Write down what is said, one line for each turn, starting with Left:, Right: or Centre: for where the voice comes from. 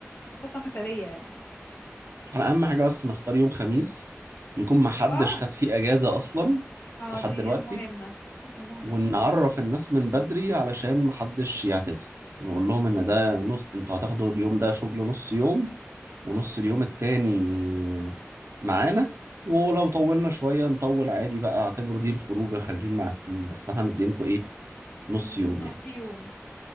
Left: خطة مثالية يعني
Right: احنا اهم حاجة بس نختار يوم خميس يكون محدش
Left: اه
Right: خد فيه اجازة اصلا
Left: اه
Right: لحد
Left: دي
Right: دلوقتي
Left: مهمة دي مهمة
Right: ونعرف الناس من بدري علشان محدش يعتذر نقول لهم ان ده نص انتوا هتاخدوا اليوم ده شغل نص يوم ونص اليوم التاني معانا ولو طولنا شوية نطول عادي بقى اعتبروا دي الخروجة خارجين مع التيم بس احنا مدينكم ايه
Left: م-
Right: نص يوم
Left: نص
Right: يعني
Left: يوم